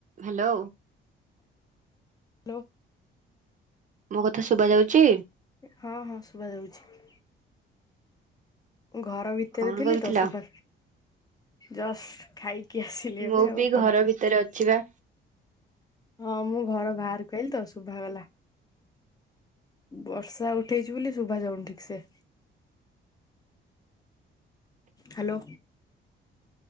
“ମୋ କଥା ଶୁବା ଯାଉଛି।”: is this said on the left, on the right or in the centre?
Right